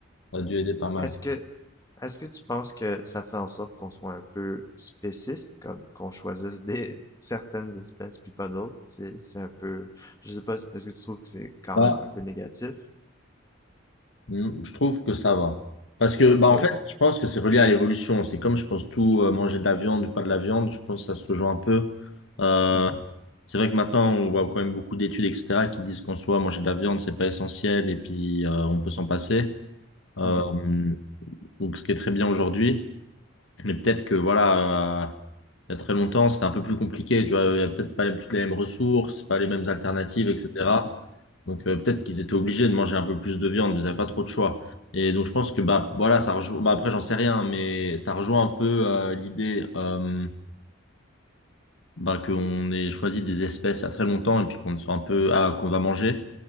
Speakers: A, on the left; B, on the left.
A: ça a dû aider pas mal.
B: Est-ce que, est-ce que tu penses que ça fait en sorte qu'on soit un peu spéciste, comme qu'on choisisse des <laughs> certaines espèces puis pas d'autres? C'est, c'est un peu, je sais pas, est-ce que tu trouves que c'est quand
A: Bah,
B: même un peu négatif?
A: mm, je trouve que ça va. Parce que, bah, en
B: Oui.
A: fait, je pense que c'est relié à l'évolution. C'est comme, je pense, tout euh, manger de la viande ou pas de la viande, je pense que ça se rejoint un peu. euh,
B: Mhm,
A: C'est vrai que maintenant, on voit quand même beaucoup d'études, etc., qui disent qu'en soi, manger de la viande, c'est pas essentiel et puis euh, on peut s'en passer. Euh,
B: mhm, mhm,
A: donc, ce qui est très bien aujourd'hui. Mais peut-être que, voilà, euh, il y a très longtemps, c'était un peu plus compliqué. Tu vois, il y a peut-être pas les- toutes les mêmes ressources, pas les mêmes alternatives, etc. Donc, euh, peut-être qu'ils étaient obligés de manger un peu plus de viande, mais ils n'avaient pas trop de choix. Et donc, je pense que, bah, voilà, ça rejoint, bah, après, j'en sais rien, mais ça rejoint un peu euh, l'idée. euh, bah, qu'on ait choisi des espèces il y a très longtemps et puis qu'on soit un peu ah, qu'on va manger,